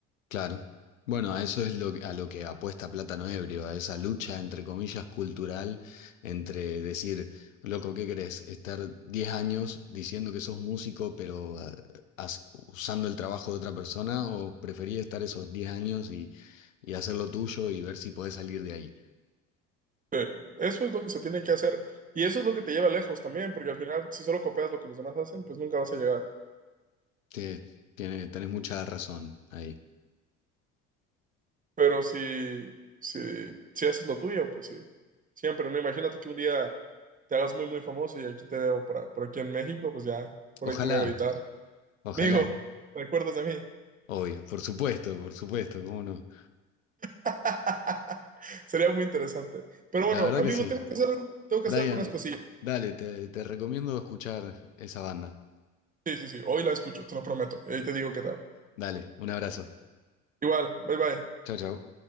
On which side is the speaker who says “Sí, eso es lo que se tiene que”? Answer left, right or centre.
Right